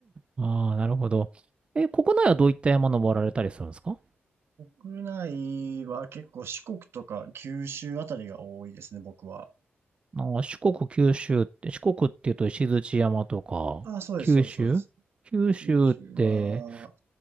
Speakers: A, on the right (about 25°); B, on the right (about 75°).
A: ああ、なるほど。え、国内はどういった山登られたりするんですか
B: 国内は結構四国とか九州あたりが多いですね、僕は。
A: あー四国、九州って、四国っていうと石鎚山とか、
B: あ、そうです、
A: 九州九州って、
B: そうです、そうです。九州は、